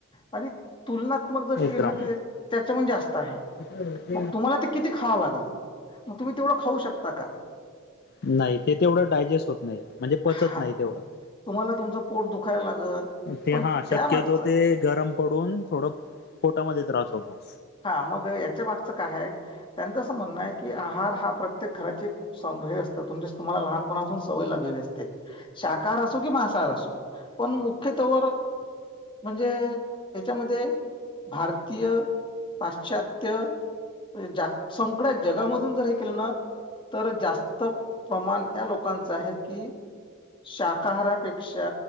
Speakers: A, on the left (about 25°); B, on the left (about 50°).
A: आणि तुलनात्मक जर
B: एक
A: किरणत
B: ग्राम
A: येत त्याच्यामन जास्त आहे.
B: <unintelligible>
A: मग तुम्हाला ते किती खावा लागेल मग तुम्ही तेवढं खाऊ शकता का?
B: नाही ते तेवढं डायजेस्ट होत नाही म्हणजे पचत
A: हा
B: नाही तेवढं.
A: तुम्हाला तुमचं पोट दुखायला लागल
B: ते
A: पण
B: हा
A: त्या
B: शक्य
A: मागचा
B: तो ते गरम पडून थोडं पोटामध्ये त्रास होतो.
A: हा मग याच्या मागचं काय आहे त्यांचं असं म्हणणं आहे की आहार हा प्रत्येक घराची सम हे असतं तुमच्या तुम्हाला लहानपणापासून सवय लागलेली असते शाकाहार असो कि माांसाहार असो. पण मुख्य तो वर म्हणजे हेच्यामध्ये भारतीय पाश्चात्य जाग संकड्या जगामधून जर हे केलं ना तर जास्त प्रमाण या लोकांचं आहे की शाकाहारापेक्षा